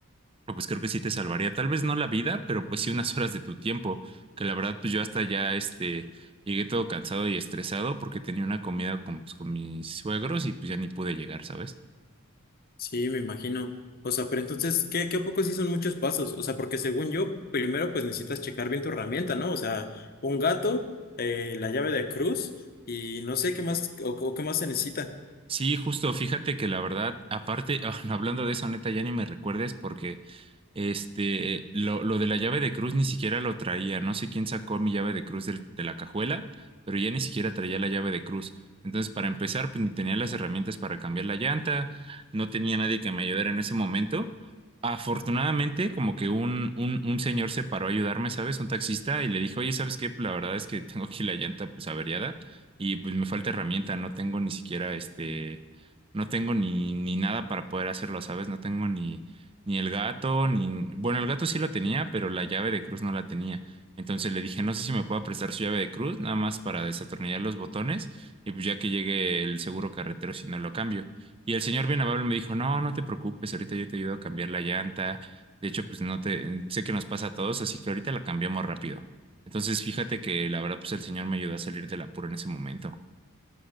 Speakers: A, on the right; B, on the left.
A: No, Pues creo que sí te salvaría, tal vez no la vida, pero pues sí unas <laughs> horas de tu tiempo, que la verdad pues yo hasta ya este llegué todo cansado y estresado porque tenía una comida con, pues, con mis suegros y pues ya ni pude llegar, ¿sabes?
B: Sí, me imagino. O sea, pero entonces, ¿qué, qué a poco sí son muchos pasos? O sea, porque según yo, primero pues necesitas checar bien tu herramienta, ¿no? O sea, un gato, eh, la llave de cruz y no sé qué más, o, o qué más se necesita.
A: Sí, justo, fíjate que la verdad, aparte, <laughs> ah, no, hablando de eso, neta, ya ni me recuerdes porque Este, lo, lo de la llave de cruz ni siquiera lo traía. No sé quién sacó mi llave de cruz del- de la cajuela, pero ya ni siquiera traía la llave de cruz. Entonces, para empezar, pues ni tenía las herramientas para cambiar la llanta, no tenía nadie que me ayudara en ese momento. Afortunadamente, como que un, un, un señor se paró a ayudarme, ¿sabes? Un taxista y le dijo, oye, ¿sabes qué? La verdad es que <laughs> tengo aquí la llanta pues averiada y pues me falta herramienta, no tengo ni siquiera este, no tengo ni, ni nada para poder hacerlo, ¿sabes? No tengo ni ni el gato, ni... Bueno, el gato sí la tenía, pero la llave de cruz no la tenía. Entonces le dije, no sé si me puede prestar su llave de cruz, nada más para desatornillar los botones, y pues ya que llegue el seguro carretero, si no lo cambio. Y el señor bien amable me dijo, no, no te preocupes, ahorita yo te ayudo a cambiar la llanta. De hecho, pues no te... Sé que nos pasa a todos, así que ahorita la cambiamos rápido. Entonces, fíjate que la verdad, pues el señor me ayudó a salir del apuro en ese momento.